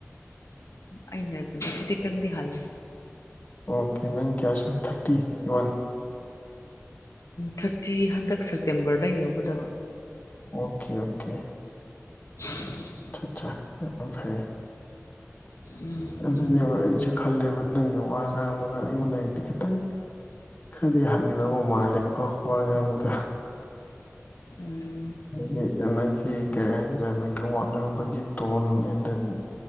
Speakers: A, on the left (about 80°); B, on the left (about 30°).
A: ꯑꯩꯅ ꯑꯗꯨꯗꯤ ꯈꯖꯤꯛꯇꯪꯗꯤ ꯍꯜꯂꯤ
B: ꯑꯣꯀꯦ ꯅꯪ ꯀ꯭ꯌꯥ ꯁ ꯑꯣꯏꯔꯤꯦ ꯊꯥꯔꯇꯤ ꯊꯥꯔꯇꯤ ꯋꯥꯟ
A: ꯊꯥꯔꯇꯤ ꯍꯟꯗꯛ ꯁꯦꯞꯇꯦꯝꯕꯔꯗ ꯌꯧꯒꯗꯕ
B: ꯑꯣꯀꯦ ꯑꯣꯀꯦ
A: ꯍ
B: ꯑ ꯑꯠꯆꯥ ꯑ ꯐꯩ
A: ꯎꯝ
B: ꯑꯗꯨꯅꯦꯕ ꯑꯩꯁꯨꯦ ꯈꯜꯂꯦꯕ ꯅꯪꯒꯤ ꯋꯥ ꯉꯥꯡꯕꯗ ꯑꯩꯉꯣꯟꯗꯗꯤ ꯈꯤꯇꯪ ꯈꯔꯗꯤ ꯍꯟꯒꯗꯕ ꯃꯥꯜꯂꯦꯕꯀꯣ ꯋꯥ ꯉꯥꯡꯕꯗꯣ
A: ꯎꯝ
B: ꯗꯤ ꯅꯪꯒꯤ ꯀꯔꯤ ꯍꯥꯏꯁꯤꯔꯦ ꯅꯪꯒꯤ ꯋꯥ ꯉꯥꯡꯕꯒꯤ ꯇꯣꯟ ꯑꯦꯟ ꯗꯦꯟ